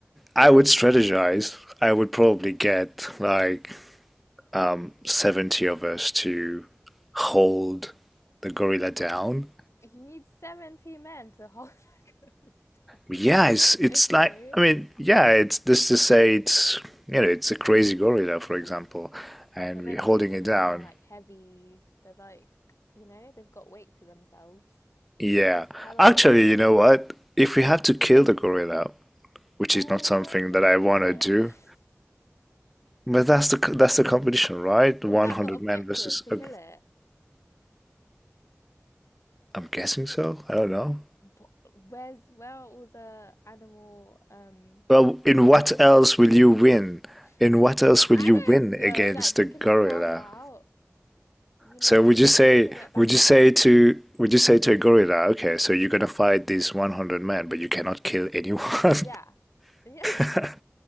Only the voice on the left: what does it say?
He needs 70 men to hold the gun.
<laughs>
okay.
But
let's
say all
the
men are like heavy, they're like, you know, they've got weight to themselves.
You could just pile on
top of it.
Oh,
why would you
kill
it?
<laughs>
Is that the objective
to
kill it?
But where's where are all the animal um
fans?
What the
heck?
<laughs>
I
don't
know, like making
it pass out, you know,
or making it back
up.
Yeah. Yeah. <laughs>